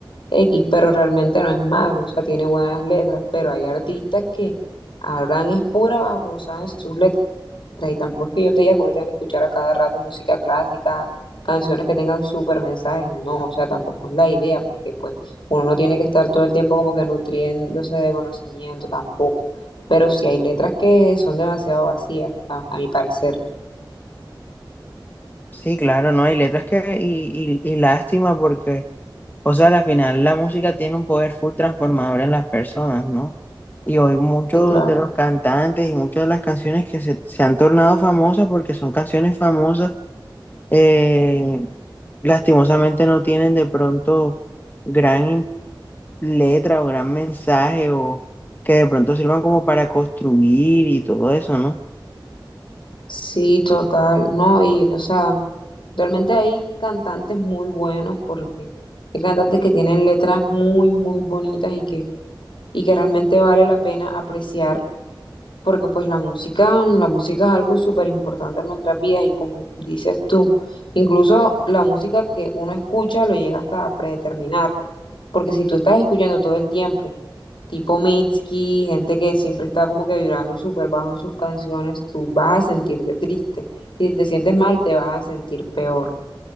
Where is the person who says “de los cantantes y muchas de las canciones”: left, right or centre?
Left